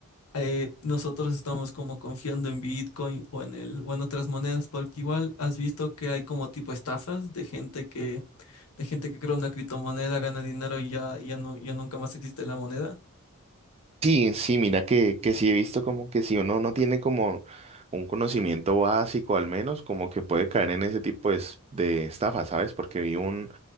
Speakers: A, on the left; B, on the right.
A: eh, nosotros estamos como confiando en Bitcoin o en el, o en otras monedas, porque igual has visto que hay como tipo estafas de gente que de gente que crea una criptomoneda, gana dinero y ya, y ya, no, ya nunca más existe la moneda.
B: Sí, sí, mira que, que sí he visto como que si uno no tiene como un conocimiento básico al menos, como que puede caer en ese tipo de, es- de estafa, ¿sabes? Porque vi un,